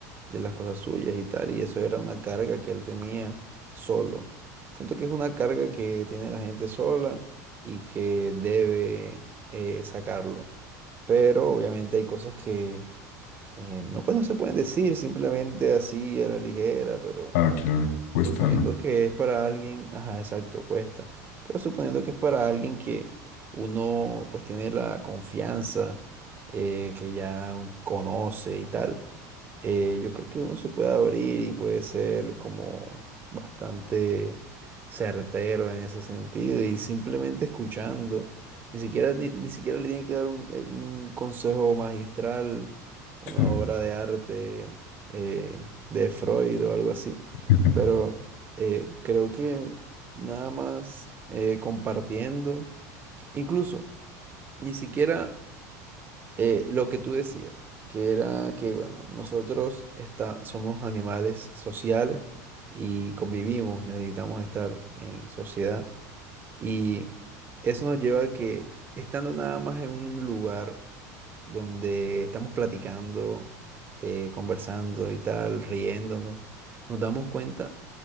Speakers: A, on the right; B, on the left.
A: de las cosas suyas y tal, y eso era una carga que él tenía solo. Siento que es una carga que tiene la gente sola y que debe eh, sacarlo. Pero obviamente hay cosas que eh, no, pues, no se pueden decir simplemente así a la ligera, pero
B: Ah, claro, cuesta,
A: Suponiendo
B: ¿no?
A: que es para alguien, ajá, exacto, cuesta. Pero suponiendo que es para alguien que uno pues tiene la confianza, eh, que ya un- conoce y tal, eh, yo creo que uno se puede abrir y puede ser como bastante certero en ese sentido y simplemente escuchando. Ni siquiera, ni, ni siquiera le tiene que dar un, eh, un consejo magistral, una
B: Sí.
A: obra de arte eh, de Freud o algo así.
B: <laughs>
A: Pero eh, creo que nada más eh, compartiendo, incluso ni siquiera eh, lo que tú decías, que era que, bueno, nosotros está- somos animales sociales y convivimos, necesitamos estar en sociedad. Y eso nos lleva a que estando nada más en un lugar donde estamos platicando, eh, conversando y tal, riéndonos, nos damos cuenta